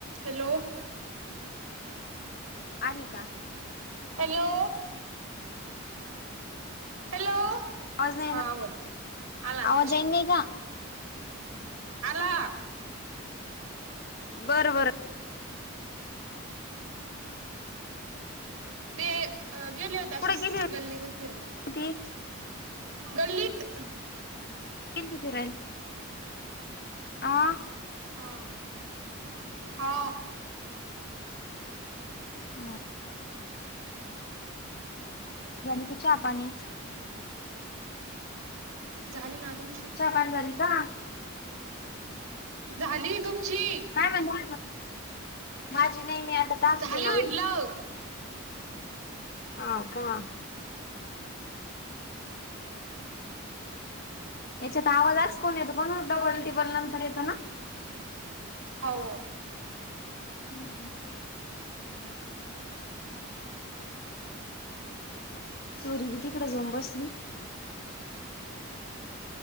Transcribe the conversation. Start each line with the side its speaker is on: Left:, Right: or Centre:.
Right: Hello
Left: आली का
Right: hello hello
Left: आवाज नाही
Right: हा
Left: ना
Right: बोल आला आतशी
Left: आवाज येई नाही का
Right: आला
Left: बर बर
Right: ते अ गेले होते
Left: कुठे
Right: असेच
Left: गेली
Right: गल्लीमध्ये फिरायला
Left: होती ती
Right: गल्लीत
Left: गल्लीत फिरायला आ
Right: हां हा
Left: ह झाले का चहा पाणी
Right: झाले ना तुमची
Left: चहा पाणी झाली का
Right: झाली तुमची
Left: काय म्हण माझी नाही मी आता टाकते
Right: झाली
Left: नवीन
Right: म्हंटलं
Left: हा का याच्यात आवाजच कोण येतो कोण डबल टिबल नंतर येतं ना
Right: हो
Left: हम्म हम्म चोरी बी तिकडे जाऊन बसली